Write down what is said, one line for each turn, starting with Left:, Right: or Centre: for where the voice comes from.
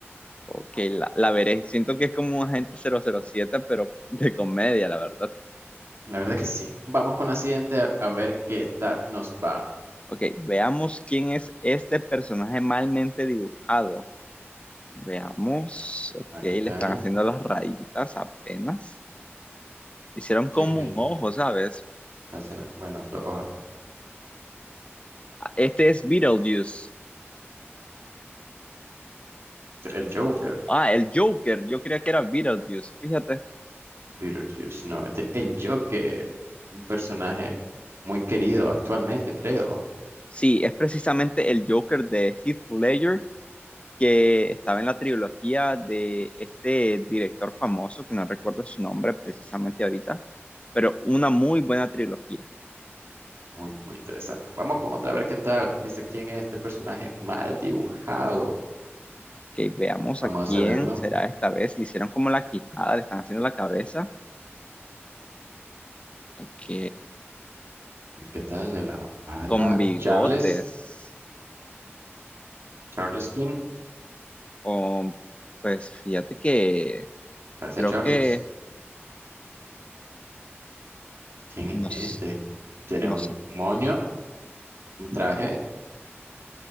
Left: Ok, la, la veré. Siento que es como Agente cero cero siete, pero de comedia, la verdad.
Right: La verdad que sí. Vamos con la siguiente, a a ver qué tal nos va.
Left: Ok, veamos quién es este personaje malmente dibujado. Veamos. Ok,
Right: A ver
Left: le
Right: qué tal.
Left: están haciendo las rayitas apenas. Hicieron como
Right: ¿Qué es?
Left: un ojo, ¿sabes?
Right: Va a ser- Bueno, esto, ojo,
Left: Ah, Este es Beetlejuice.
Right: el Joker.
Left: Ah, el Joker. Yo creía que era Beetlejuice. Fíjate.
Right: Beetlejuice, no, este- el Joker, un personaje muy querido actualmente, creo.
Left: Sí, es precisamente el Joker de Heath Ledger que estaba en la trilogía de este director famoso, que no recuerdo su nombre precisamente ahorita, pero una muy buena trilogía.
Right: Muy, muy interesante. Vamos con otra, a ver qué tal. Dice quién es este personaje mal dibujado.
Left: Que veamos
Right: Vamos
Left: a quién
Right: a verlo,
Left: será esta vez. Le hicieron como la quijada, le están haciendo la cabeza. Ok,
Right: A ver qué tal de la barba.
Left: con bigotes.
Right: Charles, Charles Plin,
Left: Oh, pues fíjate que
Right: parece
Left: creo
Right: a Charles.
Left: que
Right: ¿Quién
Left: no,
Right: es este?
Left: s-
Right: Tiene
Left: no
Right: un
Left: sé,
Right: moño, un traje.